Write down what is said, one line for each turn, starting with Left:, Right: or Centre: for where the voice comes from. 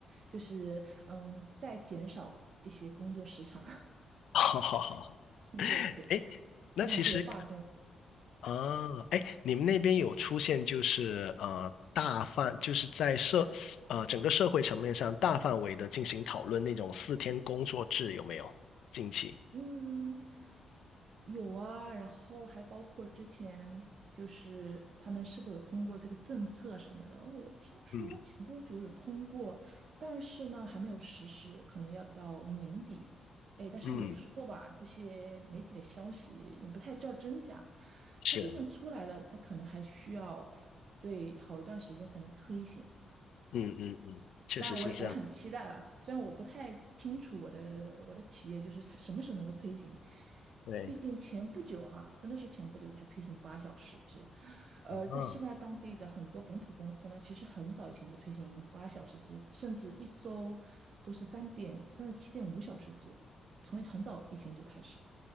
Right: 就是嗯，再减少一些工作时长。
Left: <laughs> 好好好，
Right: <laughs> 对的，对，
Left: 哎，那其实
Right: 经常会有罢
Left: 啊，哎，你们那边有出现就是呃大范，就是在社呃整个社会层面上大范围的进行讨论那种四天工作制有没有？近期，
Right: 嗯，有啊，然后还包括之前就是他们是否有通过这个政策什么的，我听说前不久有通过，
Left: 嗯
Right: 但是呢还没有实施，可能要到年底。哎，但是有时候吧，
Left: 嗯。
Right: 这些媒体的消息你不太知道真假，
Left: 是。
Right: 它就算出来了，它可能还需要对好一段时间才能推行。
Left: 嗯嗯嗯，确实是这样。
Right: 当然我也我很期待啊，虽然我不太清楚我的我的企业就是它什么时候能够推行，
Left: 对，
Right: 毕竟前不久哈，真的是前不久才推行八小时制，呃，
Left: 啊，
Right: 在西班牙当地的很多本土公司呢，其实很早以前就推行八小时制，甚至一周都是三点三十七点五小时制，从很早以前就开始了。